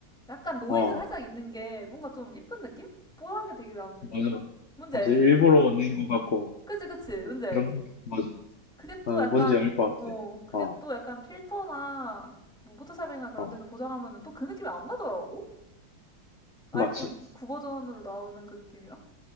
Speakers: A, in the centre; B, on the left.
A: 약간 노이즈
B: 어
A: 살짝 있는 게 뭔가 좀 이쁜 느낌? 뽀얗게 되게 나는 느낌?
B: 맞아.
A: 뭔지
B: 맞아
A: 알지?
B: 일부러 낸 것 같고
A: 그치 그치 뭔지
B: 어,
A: 알지?
B: 그런 맞아.
A: 그게
B: 아,
A: 또 약간
B: 뭔지 알 것
A: 어
B: 같아.
A: 그게
B: 어,
A: 또 약간 필터나 뭐 포토샵이나 그런
B: 어,
A: 데서 보정하면은 또 그 느낌이 안 나더라고. 아이폰
B: 맞지.
A: 9 버전으로 나오는 그 느낌이라?